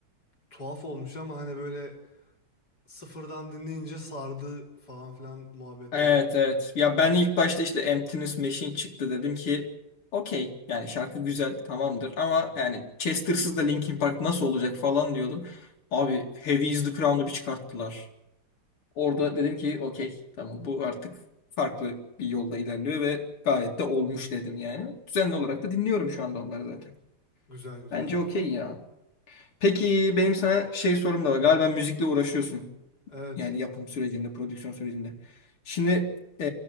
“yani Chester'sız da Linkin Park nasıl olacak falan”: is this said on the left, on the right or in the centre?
Left